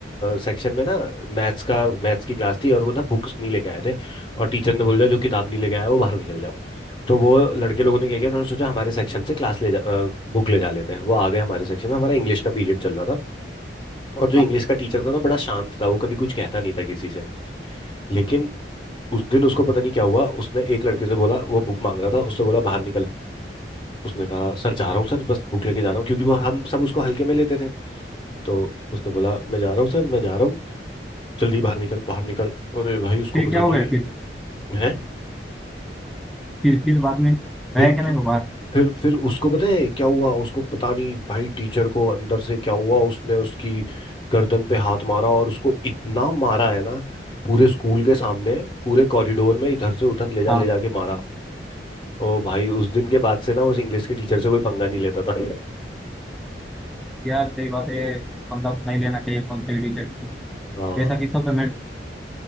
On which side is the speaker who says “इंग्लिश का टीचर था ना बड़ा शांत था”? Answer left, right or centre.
Left